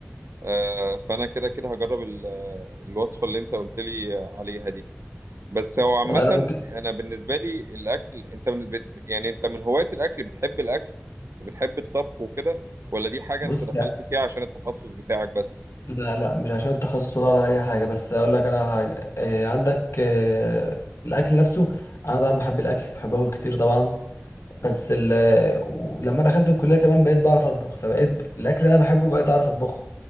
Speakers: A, on the right; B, on the left.
A: آه فانا كده كده هجرب ال- الوصفه اللي انت قلت لي عليها دي بس هو عامة
B: والله انا ممكن
A: أنا بالنسبة لي الأكل أنت من بت... يعني أنت من هواة الأكل بتحب الأكل وبتحب الطبخ وكده ولا دي حاجة
B: بص
A: أنت دخلت
B: لا
A: فيها عشان التخصص بتاعك بس؟
B: لا لا مش عشان التخصص ولا ولا اي حاجه بس اقول لك انا على حاجه إيه عندك إيه الاكل نفسه انا طبعا بحب الاكل بحب اكل كتير طبعا بس ال... ولما دخلت الكلية كمان بقيت بعرف أطبخ فبقيت الأكل اللي أنا بحبه بقيت أعرف أطبخه